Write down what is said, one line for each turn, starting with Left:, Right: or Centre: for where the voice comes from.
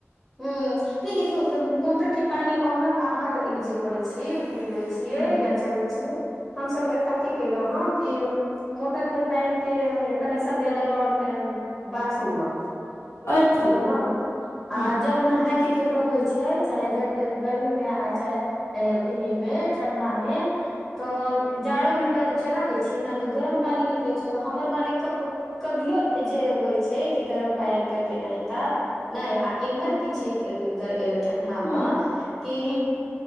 Centre: <unintelligible> मोटर के पानी ब अहाँ जे करे छी पीबे छी छिय
Left: ह
Centre: या चलबै छियै हम सब ऐत की कैलु हँ कि मोटर केँ पाइन केँ कनेक्शन दे देलौं बाथरूम मे
Left: अच्छा
Centre: बुझल <inaudible>
Left: ह
Centre: आ जब नैहाय केँ ककरो होइ छै चाहे जे गर्मीमे आ चाहे ऐब ई मे ठंडा में तऽ जाड़ोमे चला दै छियै ने तऽ गरम पानी निकलैत छै तऽ हमर मालिक कब कभियो जे होइ छै कि गरम पन करके नहिता नहि आ इम्हर की छै <unintelligible> ठंडा
Left: ह
Centre: मे
Left: ह
Centre: <inaudible> की
Left: हँ